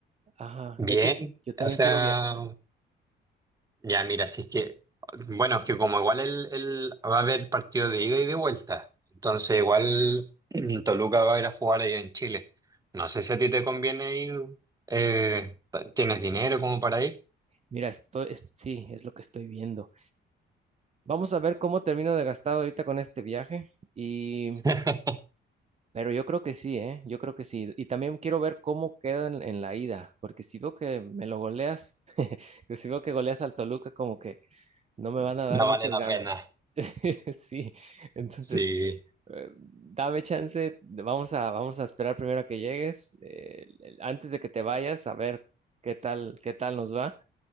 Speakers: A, on the right; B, on the right.
A: Ajá,
B: bien,
A: es que yo también
B: o sea,
A: quiero viajar.
B: ya mira, si es que, bueno, es que como igual el, el- va a haber partido de ida y de vuelta, entonces igual <clears throat> Toluca va a ir a jugar allá en Chile. No sé si a ti te conviene ir, eh, ¿tienes dinero como para ir?
A: Mira, esto es, sí, es lo que estoy viendo. Vamos a ver cómo termino de gastado ahorita con este viaje y,
B: <clears throat> <laughs>
A: pero yo creo que sí, ¿eh? Yo creo que sí. Y también quiero ver cómo queda en, en la ida, porque si veo que me lo goleas, <laughs> que si veo que goleas al Toluca, como que no me van a dar
B: No
A: muchas
B: vale la
A: ganas.
B: pena.
A: <laughs> Sí, entonces,
B: Sí,
A: eh, dame chance, vamos a, vamos a esperar primero a que llegues, eh, el- antes de que te vayas, a ver qué tal, qué tal nos va.